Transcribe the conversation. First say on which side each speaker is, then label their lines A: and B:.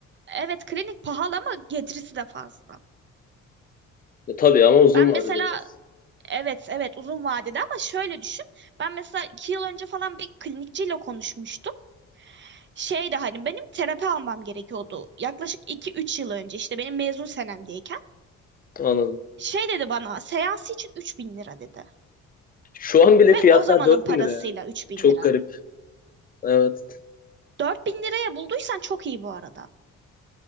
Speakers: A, on the right (about 40°); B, on the left (about 30°).
A: Evet klinik pahalı ama getirisi de fazla.
B: E, tabii ama uzun
A: Ben mesela
B: vadede biraz.
A: evet evet uzun vadede ama şöyle düşün. Ben mesela iki yıl önce falan bir klinikçiyle konuşmuştum. Şeydi hani benim terapi almam gerekiyordu. Yaklaşık iki üç yıl önce işte benim mezun senemdeyken.
B: Anladım.
A: Şey dedi bana seansı için 3000 lira dedi.
B: Şu an bile
A: Ve
B: fiyatlar
A: o zamanın
B: 4000
A: parasıyla
B: lira yani.
A: 3000
B: Çok
A: lira.
B: garip. Evet.
A: 4000 liraya bulduysan çok iyi bu arada.